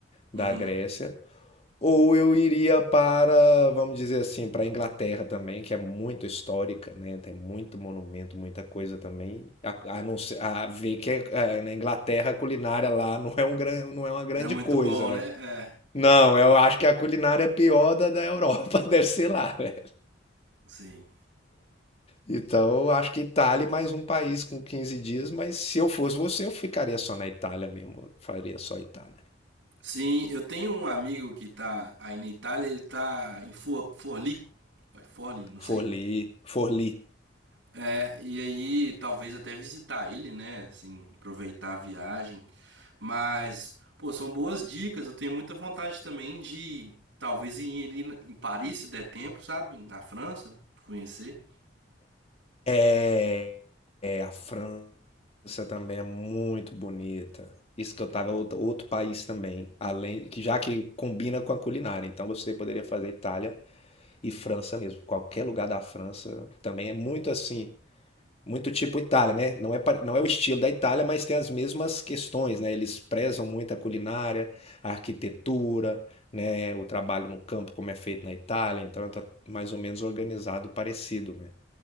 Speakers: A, on the right; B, on the left.
A: Uhum.
B: da Grécia, ou eu iria para, vamos dizer assim, para a Inglaterra também, que é muito histórica, né? Tem muito monumento, muita coisa também. A, a não ser- a ver que é- é, na Inglaterra a culinária lá <laughs> não é um gran, não é uma grande
A: Não é muito
B: coisa,
A: bom,
B: né?
A: né? É,
B: Não, eu acho que a culinária é pior da da Europa, <laughs> deve ser lá, né?
A: sim.
B: Então, eu acho que Itália e mais um país com 15 dias, mas se eu fosse você, eu ficaria só na Itália mesmo, faria só Itália.
A: Sim, eu tenho um amigo que tá aí na Itália, ele tá em For- Forlì. Vai, Forlì, não sei.
B: Forli Forli
A: É, e aí talvez até visitar ele, né? Assim, aproveitar a viagem. Mas, pô, são boas dicas. Eu tenho muita vontade também de talvez ir ali na- em Paris, se der tempo, sabe? Na França, conhecer.
B: É, é, a França também é muito bonita. Isso que eu tava, outro, outro país também, além que já que combina com a culinária, então você poderia fazer Itália e França mesmo. Qualquer lugar da França também é muito assim, Muito tipo Itália, né? Não é, pa- não é o estilo da Itália, mas tem as mesmas questões, né? Eles prezam muito a culinária, a arquitetura, né? O trabalho no campo, como é feito na Itália, então tá mais ou menos organizado, parecido, né?